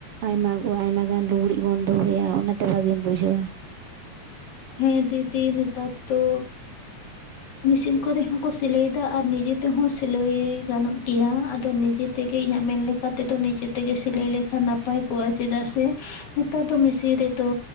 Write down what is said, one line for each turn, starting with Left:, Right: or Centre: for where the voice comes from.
Right: ᱟᱭᱢᱟ ᱜᱚ ᱟᱭᱢᱟ ᱜᱟᱱ ᱞᱩᱜᱽᱲᱤᱡ ᱵᱚᱱ ᱫᱚᱦᱚᱭᱟ ᱚᱱᱟᱛᱮ ᱵᱷᱟᱜᱤᱢ ᱵᱩᱡᱷᱟᱹᱣᱟ ᱾
Left: ᱦᱮᱸ ᱫᱤᱫᱤ ᱱᱮᱛᱟᱨ ᱫᱚ ᱢᱮᱥᱤᱱ ᱠᱚᱨᱮ ᱦᱚᱸ ᱠᱚ ᱥᱤᱞᱟᱹᱭ ᱫᱟ ᱟᱨ ᱱᱤᱡᱮ ᱛᱮᱦᱚᱸ ᱥᱤᱞᱟᱹᱭ ᱜᱟᱱᱚᱜ ᱜᱮᱭᱟ, ᱟᱫᱚ ᱱᱤ ᱡᱮ ᱛᱮᱜᱮ ᱤᱧᱟᱹᱜ ᱢᱮᱱ ᱞᱮᱠᱟ ᱛᱮᱫᱚ ᱱᱤᱡᱮᱛᱮᱜᱮ ᱥᱤᱞᱟᱹᱭ ᱞᱮᱠᱷᱟᱱ ᱱᱟᱯ ᱯᱟᱭ ᱠᱚᱜᱼᱟ, ᱪᱮᱫᱟᱜ ᱥᱮ ᱱᱮᱛᱟᱨ ᱫᱚ ᱢᱤᱥᱤᱱ ᱨᱮᱫᱚ